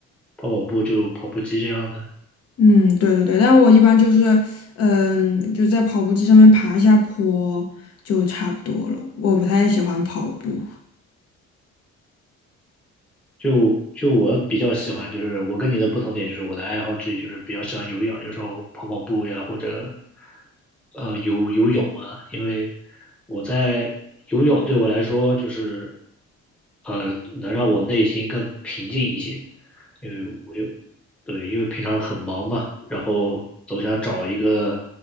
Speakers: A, in the centre; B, on the left.
A: 跑跑步就跑步机这样的。
B: 嗯，对对对，但我一般就是，嗯，就在跑步机上面爬一下坡就差不多了。我不太喜欢跑步，
A: 就就我比较喜欢，就是我跟你的不同点，就是我的爱好之一就是比较喜欢有氧，有时候跑跑步呀，或者呃游游泳啊，因为我在游泳对我来说就是呃，能让我内心更平静一些，因为我有，对，因为平常很忙嘛，然后总想找一个